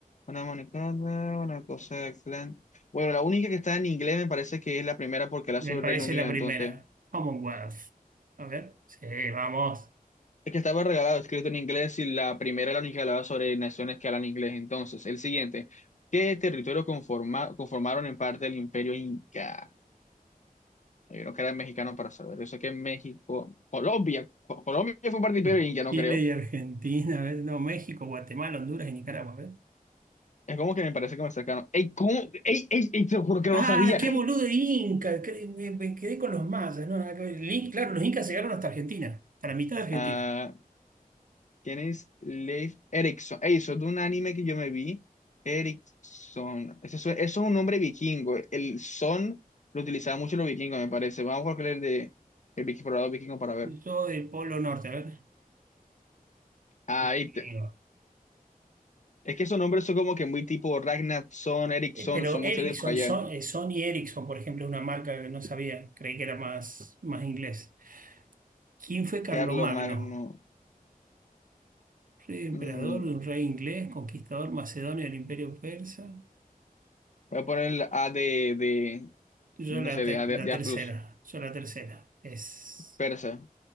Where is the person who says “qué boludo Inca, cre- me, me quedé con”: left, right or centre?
Right